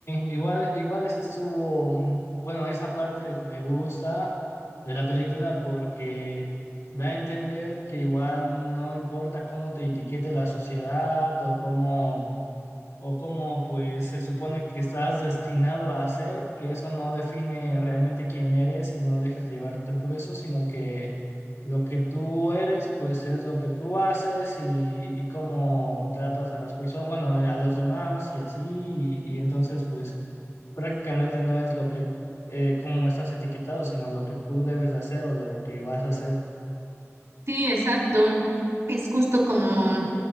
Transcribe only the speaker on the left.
igual, igual eso estuvo, mm, bueno, esa parte me gusta de la película porque da a entender que igual no importa cómo te etiquete la sociedad o cómo o cómo pues se supone que estás destinado a hacer, que eso no define realmente quién eres y no dejes llevarte por eso, sino que lo que tú eres pues es lo que tú haces y, y cómo tratas a las personas, bueno, a los demás y así, y, y entonces pues prácticamente no es lo que, eh, cómo estás etiquetado, sino lo que tú debes de hacer o lo que vas a hacer.